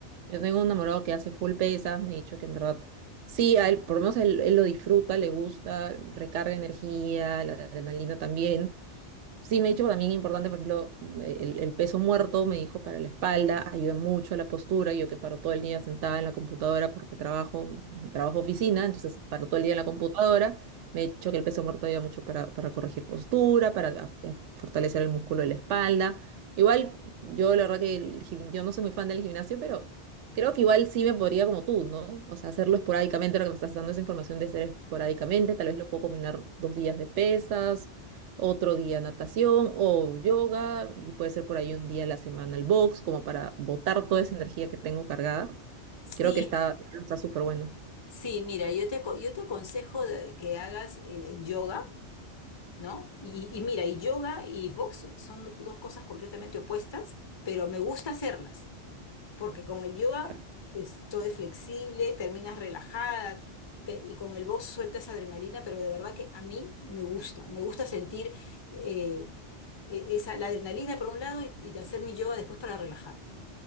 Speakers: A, on the right (about 80°); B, on the left (about 30°).
A: Yo tengo un enamorado que hace full pesas, me ha dicho que en verdad, sí, a él, por lo menos él, él lo disfruta, le gusta, recarga energía, la adrenalina también, Sí, me ha dicho también importante, por ejemplo, el, el peso muerto, me dijo, para la espalda, ayuda mucho a la postura. Yo que paro todo el día sentada en la computadora porque trabajo, trabajo oficina, entonces paro todo el día en la computadora. Me ha dicho que el peso muerto ayuda mucho para, para corregir postura, para a- a fortalecer el músculo de la espalda. Igual, yo la verdad que el gim- yo no soy muy fan del gimnasio, pero creo que igual sí me podría como tú, ¿no? O sea, hacerlo esporádicamente, ahora que me estás dando esa información de hacer esporádicamente, tal vez lo puedo combinar dos días de pesas otro día natación o yoga, y puede ser por ahí un día a la semana el box, como para botar toda esa energía que tengo cargada.
B: Sí,
A: Creo que está, está súper bueno.
B: sí, mira, yo te, aco- yo te aconsejo de- que hagas el el yoga ¿no? Y, y mira, y yoga y box son dos cosas completamente opuestas, pero me gusta hacerlas, porque con el yoga
A: Claro.
B: es, todo es flexible, terminas relajada, pe- y con el box sueltas adrenalina, pero de verdad que a mí me gusta, me gusta sentir eh, e- esa, la adrenalina por un lado y, y hacer mi yoga después para relajarme.